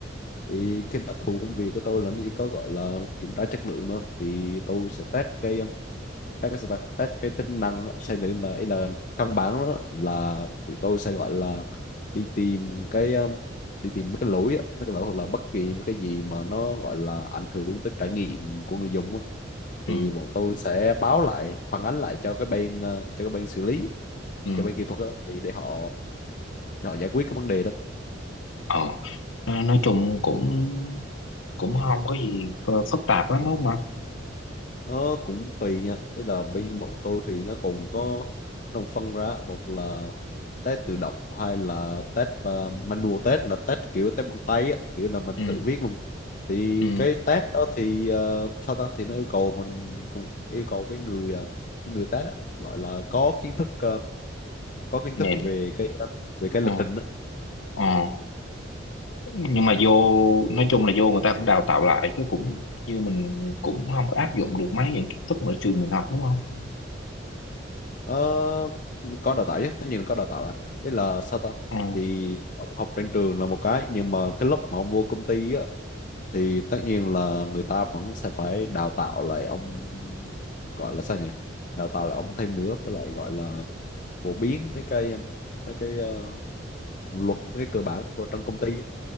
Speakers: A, on the left; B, on the left.
A: thì cái đặc thù công việc của tôi là nó chỉ có gọi là kiểm tra chất lượng thôi thì tôi sẽ test cái các cái static test cái tính năng á, xem thử là ý là căn bản đó là tụi tôi sẽ gọi là đi tìm cái um, đi tìm mấy cái lỗi á, mấy cái lỗi hoặc là bất kỳ một cái gì mà nó gọi là ảnh hưởng tới trải nghiệm của người dùng á.
B: Ừ,
A: thì bọn tôi sẽ báo lại phản ánh lại cho cái bên ờ, cho cái bên xử lý
B: ừ.
A: cho bên kỹ thuật á, thì để họ để họ giải quyết cái vấn đề đó
B: Ờ, nói nói chung cũng cũng không có gì ph- phức tạp lắm đúng không ạ?
A: nó cũng tùy nha Thế là bên
B: Ừ,
A: bọn tôi thì nó cũng có đồng phân ra một là test tự động hay là test uh, manual test là test kiểu test bằng tay á, kiểu là mình
B: ừ,
A: tự viết luôn thì
B: ừ.
A: cái test đó thì ờ, sao ta thì nó yêu cầu mình cũng yêu cầu cái người ờ, cái người test á, gọi là có kiến thức ờ, có kiến
B: Nè,
A: thức về cái ờ, về cái
B: ờ,
A: lập trình á.
B: ờ. Nhưng mà vô, nói chung là vô người ta cũng đào tạo lại chứ cũng như mình cũng không có áp dụng được mấy những kiến thức mà trường mình học đúng không?
A: Ờ, có đào tạo chứ tất nhiên là có đào tạo là thế là sao ta
B: Ừ,
A: thì ông học trên trường là một cái nhưng mà cái lúc mà ông vô công ty á thì tất nhiên là người ta vẫn sẽ phải đào tạo lại ông gọi là sao nhỉ đào tạo lại ông thêm nữa với lại gọi là phổ biến mấy cái em, mấy cái ờ, luật mấy cái cơ bản của trong công ty